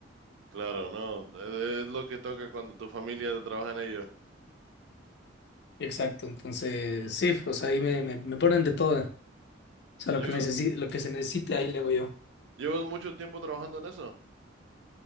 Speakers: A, on the right; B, on the left.
A: Claro, no. Es, es lo que toca cuando tu familia trabaja en ello.
B: Exacto. Entonces, sí, o sea, ahí me, me, me ponen de todo. O sea, lo
A: ¿Llevas,
B: que necesi- lo que se necesite ahí le hago yo.
A: llevas mucho tiempo trabajando en eso?